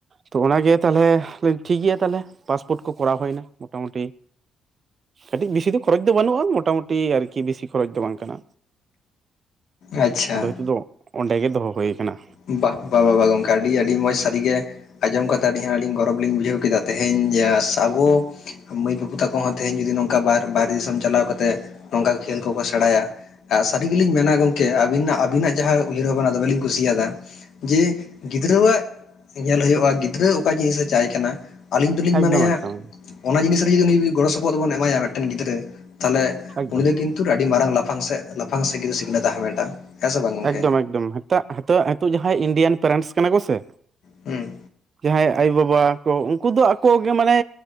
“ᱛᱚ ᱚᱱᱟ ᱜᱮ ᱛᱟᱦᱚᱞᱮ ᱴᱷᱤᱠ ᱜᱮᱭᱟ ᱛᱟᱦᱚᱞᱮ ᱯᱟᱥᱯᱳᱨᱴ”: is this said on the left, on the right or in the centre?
Right